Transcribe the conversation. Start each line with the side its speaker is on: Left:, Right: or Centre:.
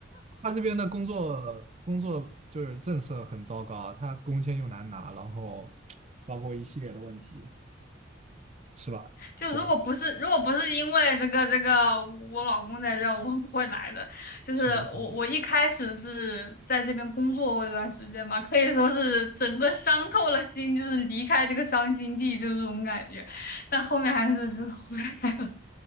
Right: 他这边的工作工作就是政策很糟糕，他工签又难拿，然后包括一系列的问题，是吧？
Left: 就如果不是如果不是因为这个这个我老公在这儿，
Right: 就
Left: 我不会来的。就是我我一开始是在这边工作过一段时间嘛，
Right: 是的，是的，
Left: 可以说是整个伤透了心，就是离开这个伤心地，就是这种感觉。但后面还是就是回来了。